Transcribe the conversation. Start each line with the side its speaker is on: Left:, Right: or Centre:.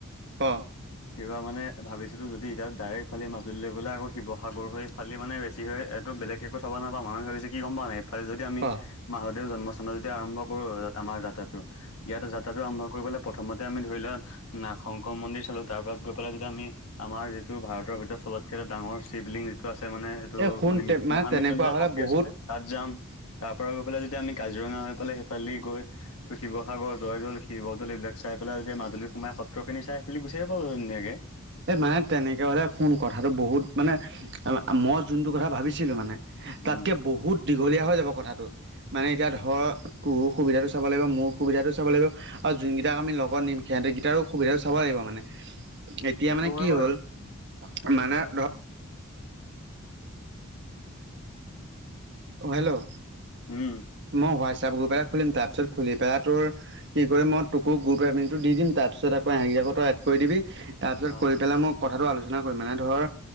Right: ক'
Left: কিবা মানে ভাবিছিলো, যদি এতিয়াত ডাইৰেক্ট এইফালেদি মাজুলীলৈ গ'লে আকৌ শিৱসাগৰ হৈ সেইফালেদি মানে বেছি হয়, এইটো বেলেগ একো চাব নাপাম আমি ভাবিছোঁ কি গম পাৱনে? ফালে যদি আমি,
Right: ক
Left: মাধবদেৱ জন্মস্থানত যদি আৰম্ভ কৰো আমাৰ যাত্ৰাটো। ইয়াত যাত্ৰাটো আৰম্ভ কৰিবলে, প্ৰথমতে আমি ধৰি লোৱা নাগ শংকৰ মন্দিৰ চালো। তাৰ পাছত গৈ পেলাই যদি আমি, আমাৰ যিটো ভাৰতৰ ভিতৰত চবতকে এটা ডাঙৰ শিৱলিংগ। এইটো আছে মানে, এইটো
Right: এই শুন
Left: মানে মৃত্যু মহামৃত্যুঞ্জয়
Right: তেনেকুৱা হ'লে
Left: মন্দিৰ
Right: বহুত
Left: আছিলে। তাত যাম। তাৰ পৰা গৈ পেলাই যদি আমি কাজিৰঙা হৈ পেলাই সেইফালে গৈ ত শিৱসাগৰ। শিৱসাগৰ জয়দল, শিৱদ'ল এইবাক চাই পেলাই যদি মাজুলী সোমাই সত্ৰ খিনি চাই সেইফালেদি গুচি আহিব পাৰোঁ ধুনীয়াকে।
Right: এই মানে তেনেকৈ হ'লে, শুন কথাটো বহুত মানে মই যোনটো কথা ভাবিছিলোঁ, মানে তাতকে
Left: উম
Right: বহুত দীঘলীয়া হৈ যাব কথাটো। মানে এতিয়া ধৰ, তোৰো সুবিধাটো চাব লাগিব মোৰ সুবিধাটো চাব লাগিব। আৰু যোনকেইটাক আমি লগত নিম, সিহঁতকেইটাৰো সুবিধাটো চাব লাগিব মানে। এতিয়া
Left: সেইটো
Right: মানে
Left: হয়
Right: কি
Left: বাৰু
Right: হ'ল মানে ধৰ অ' হেল্ল'!
Left: উম।
Right: মই হোৱাটছএপ গ্ৰুপ এটা খুলিম তাৰপিছত খুলি পেলাই তোৰ। কি কৰিম মই তোকো গ্ৰুপ এডমিনৰটো দি দিম তাৰপিছত আকৌ হেৰি <inaudible> এড কৰি দিবি। তাৰপিছত,
Left: অ'
Right: কৰি পেলাই মই কথাটো আলোচনা কৰিম মানে ধৰ